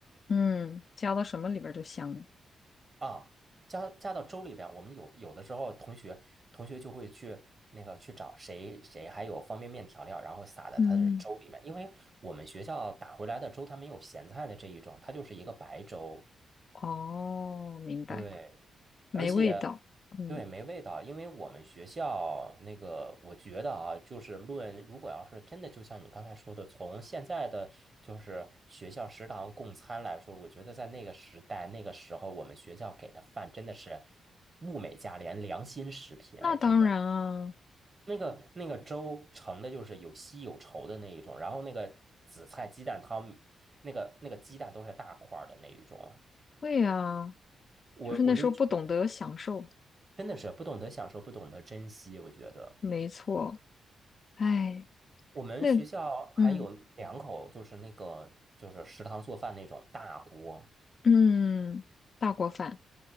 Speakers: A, on the left; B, on the right.
A: 嗯，加到什么里边儿都香了
B: 啊，加加到粥里边，我们有有的时候同学同学就会去那个去找谁谁还有方便面调料，然后撒在他的粥里面，
A: 嗯，
B: 因为我们学校打回来的粥它没有咸菜的这一种，它就是一个白粥。
A: 哦，明白，
B: 对
A: 没味道。
B: 而且，
A: 嗯，
B: 对，没味道，因为我们学校那个，我觉得啊，就是论，如果要是真的，就像你刚才说的，从现在的就是学校食堂供餐来说，我觉得在那个时代、那个时候，我们学校给的饭真的是物美价廉、良心食品，
A: 那当然啊，
B: 哎，真的。那个那个粥盛的就是有稀有稠的那一种，然后那个紫菜鸡蛋汤，那个那个鸡蛋都是大块儿的那一种。
A: 会啊，
B: 我我就
A: 就是那时候不懂得享受，
B: 真的是不懂得享受，不懂得珍惜。我觉得
A: 没错。哎，
B: 我们学校还有两口，
A: 那，嗯
B: 就是那个就是食堂做饭那种大锅。
A: 嗯，大锅饭。